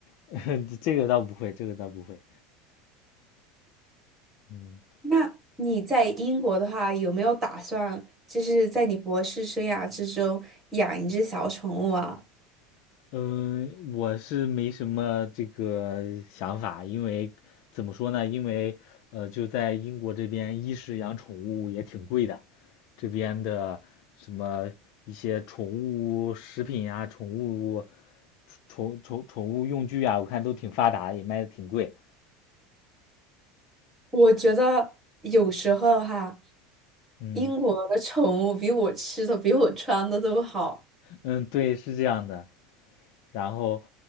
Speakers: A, on the left (about 55°); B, on the right (about 15°).
A: <laughs> 这个倒不会，这个倒不会。嗯
B: 那你在英国的话，有没有打算就是在你博士生涯之中养一只小宠物啊？
A: 嗯、呃我是没什么这个想法，因为怎么说呢？因为呃，就在英国这边，一是养宠物也挺贵的，这边的什么一些宠物食品啊、宠物宠宠宠物用具啊，我看都挺发达，也卖的挺贵。
B: 我觉得有时候哈，
A: 嗯
B: 英国的宠物比我吃的、比我穿的都好。
A: 嗯，对，是这样的。然后